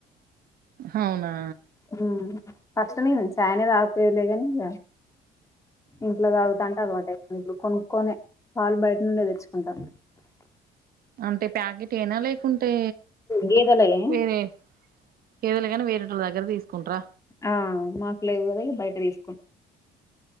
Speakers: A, on the right; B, on the left.
A: హవునా
B: ఊ ఫస్ట్ నేను చాయనే తాగకపోయేలే గానీ ఇగ ఇంట్లో తాగు తంటే అల్వాటైపోయి ఇబ్బుడు కొనుక్కునే పాలు బయట నుండే దేచ్చుకుంటాం
A: అంటే ప్యాకెటేనా లేకుంటే
B: గేదెలయే
A: వేరే ఏదోలే గానీ వేరేటోల్ల దగ్గర దీసుకుంటరా
B: ఆ మాకులేవు గదా ఇగ బయట దీసుకు